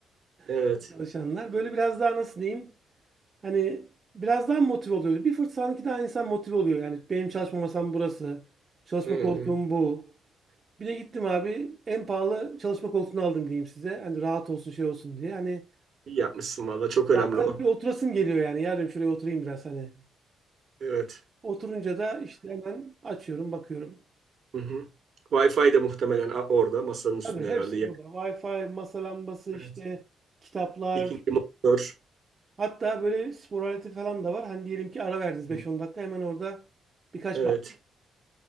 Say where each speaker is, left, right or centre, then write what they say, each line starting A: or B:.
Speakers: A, on the right; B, on the right.
A: Evet.
B: <laughs> Çalışanlar. Böyle biraz daha nasıl diyeyim? Hani biraz daha motive oluyor. Bir fırsat daha insan motive oluyor. Yani benim çalışma masam burası. Çalışma
A: Hı
B: koltuğum
A: hı.
B: bu. Bir de gittim abi en pahalı çalışma koltuğunu aldım diyeyim size. Hani rahat olsun şey olsun diye. Hani
A: İyi yapmışsın valla. Çok önemli
B: Bazen
A: o.
B: böyle oturasım geliyor yani. Ya diyorum şuraya oturayım biraz hani.
A: Evet.
B: Oturunca da işte hemen açıyorum, bakıyorum.
A: Hı hı. Wi-Fi de muhtemelen a- orada masanın üstünde
B: Tabii hepsi
A: herhalde
B: burada. Wi-Fi, masa lambası
A: Evet.
B: işte, kitaplar.
A: İkinci motor.
B: Hatta böyle spor aleti falan da var. Hani diyelim ki ara verdiniz
A: Hı.
B: beş on dakika hemen orada birkaç
A: Evet.
B: bak-